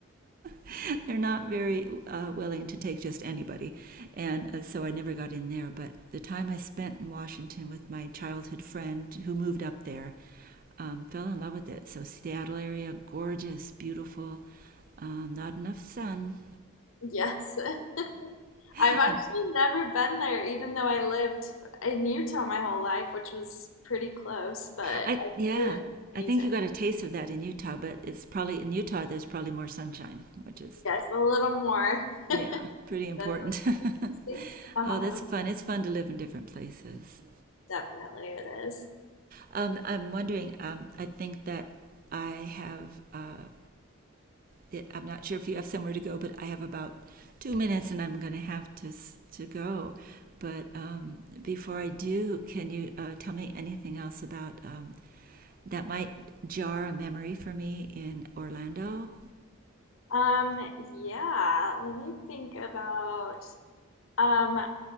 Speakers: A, on the right; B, on the left.
A: <laughs> they're not very uh, willing to take just anybody. And uh, so I never got in there. But the time I spent in Washington with my childhood friend who moved up there, um, fell in love with it. So Seattle area, gorgeous, beautiful, um, not enough sun.
B: Yes, <laughs>
A: <laughs>
B: I've actually
A: And
B: never been there, even though I lived in Utah my whole life, which was pretty close, but I
A: I, yeah,
B: hear it's
A: I
B: amazing.
A: think you got a taste of that in Utah, but it's probably in Utah, there's probably more sunshine, which is
B: Yes, a little more
A: Yeah, pretty important.
B: than those United States.
A: <laughs>
B: Uh-huh.
A: oh, that's fun. It's fun to live in different places.
B: Definitely it is.
A: Um, I'm wondering, um, I think that I have, uh, it, I'm not sure if you have somewhere to go, but I have about two minutes and I'm going to have to, to go. But um, before I do, can you uh, tell me anything else about um, that might jar a memory for me in Orlando?
B: Um, yeah, let me think about um